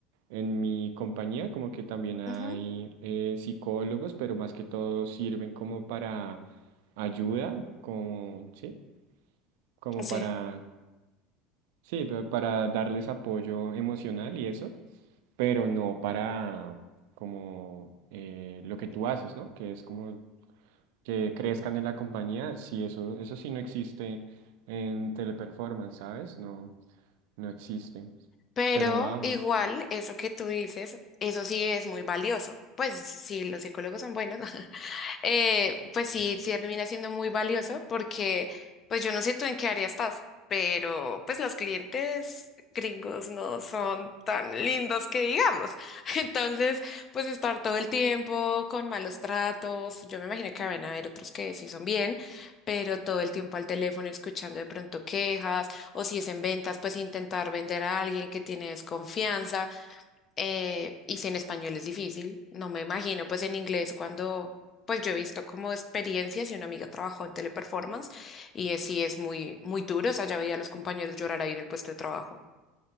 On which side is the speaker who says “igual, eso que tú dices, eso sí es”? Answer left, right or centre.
Left